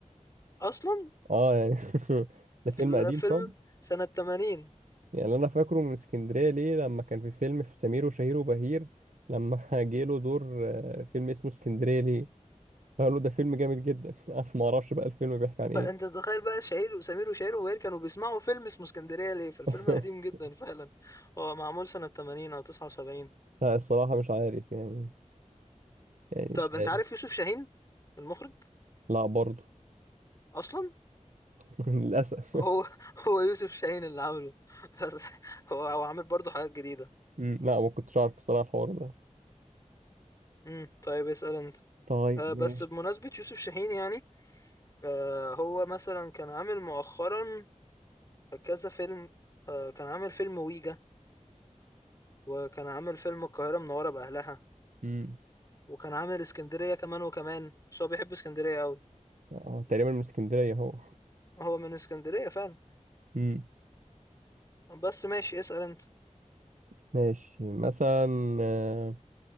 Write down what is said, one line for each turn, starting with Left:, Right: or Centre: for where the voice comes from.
Left: اصلا
Right: اه يعني <laughs> ده فيلم
Left: لا،
Right: قديم
Left: فيلم
Right: طب
Left: سنة 80
Right: يعني أنا فاكره من اسكندرية ليه لما كان في فيلم في سمير وشهير وبهير لما <laughs> جه له دور آه، فيلم اسمه اسكندرية ليه قالوا له ده فيلم جامد جدا <laughs> انا ما اعرفش بقى الفيلم بيحكي عن ايه
Left: انت تتخيل بقى شهير وسمير وشهير وبهير كانوا بيسمعوا فيلم اسمه اسكندريه ليه فالفيلم
Right: <laughs>
Left: قديم جدا فعلا هو معمول سنه 80 او 79
Right: لا، الصراحة مش عارف يعني يعني
Left: طب
Right: مش عارف
Left: انت عارف يوسف شاهين المخرج
Right: لا برضو
Left: اصلا
Right: <laughs> للأسف
Left: هو <laughs> هو يوسف شاهين اللي عامله بس هو هو عامل برضه حاجات جديده
Right: مم، لا ما كنتش عارف الصراحة الحوار ده
Left: امم طيب اسال انت
Right: طيب
Left: آه
Right: ماشي
Left: بس بمناسبه يوسف شاهين يعني آه هو مثلا كان عامل مؤخرا كذا فيلم آه كان عامل فيلم ويجا وكان عامل فيلم القاهره منوره باهلها
Right: مم.
Left: وكان عامل اسكندرية كمان وكمان بس هو بيحب اسكندرية قوي
Right: اه تقريبا من اسكندرية اهو
Left: هو من اسكندرية فعلا
Right: مم.
Left: بس ماشي اسأل انت
Right: ماشي مثلا آه،